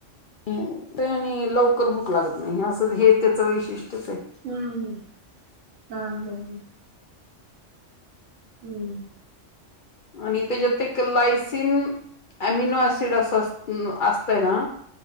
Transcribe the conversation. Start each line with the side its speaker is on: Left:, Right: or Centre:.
Left: ह आणि लवकर भूक लागत नाही असं हे त्याचं वैशिष्ट्यच आहे
Right: हम्म हा हम् हम् हम्म
Left: आणि त्याच्यात ते लायसिन अमिनो सिड अस असतय ना